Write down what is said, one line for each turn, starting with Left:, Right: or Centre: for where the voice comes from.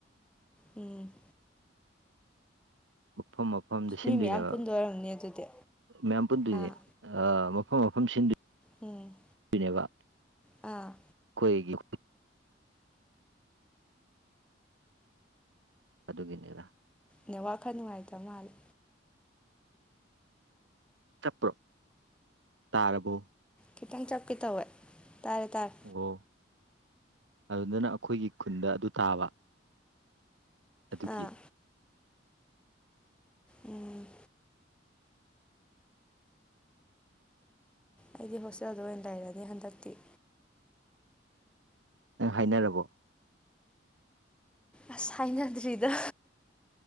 Centre: ꯎꯝ
Right: ꯃꯐꯝ ꯃꯐꯝꯗ ꯁꯤꯟꯗꯣꯏꯅꯦꯕ
Centre: ꯃꯤ ꯃꯌꯥꯝ ꯄꯨꯟꯗꯣꯏ ꯑꯣꯏꯔꯝꯅꯤ ꯑꯗꯨꯗꯤ
Right: ꯃꯌꯥꯝ ꯄꯨꯟꯗꯣꯏꯅꯦ
Centre: ꯑꯥ
Right: ꯑ ꯃꯐꯝ ꯃꯐꯝ ꯁꯤꯟꯗꯨ
Centre: ꯎꯝ
Right: ꯄꯤꯔ°ꯕ
Centre: ꯑꯥ
Right: ꯑꯩꯣꯏꯒꯤ ꯑꯗꯨꯒꯤꯅꯤꯗ
Centre: ꯅ ꯋꯥꯈꯜ ꯅꯨꯡꯉꯥꯏꯇꯕ ꯃꯥꯜꯂꯦ
Right: ꯆꯞꯄ꯭ꯔꯣ ꯇꯥꯔꯕꯣ
Centre: ꯈꯤꯇꯪ ꯆꯞꯀꯦ ꯇꯧꯋꯦ ꯇꯥꯔꯦ ꯇꯥꯔꯦ
Right: ꯑꯣ ꯑꯗꯨꯗꯅ ꯑꯩꯈꯣꯏꯒꯤ ꯈꯨꯟꯗ ꯑꯗꯨ ꯇꯥꯕ ꯑꯗꯨꯒꯤ
Centre: ꯑꯥ ꯎꯝ ꯑꯩꯗꯤ ꯍꯣꯁꯇꯦꯜꯗ ꯑꯣꯏꯅ ꯂꯩꯔꯅꯤ ꯍꯟꯗꯛꯇꯤ
Right: ꯅꯪ ꯍꯥꯏꯅꯔꯕꯣ
Centre: ꯑꯁ ꯍꯥꯏꯅꯗ꯭ꯔꯤꯗ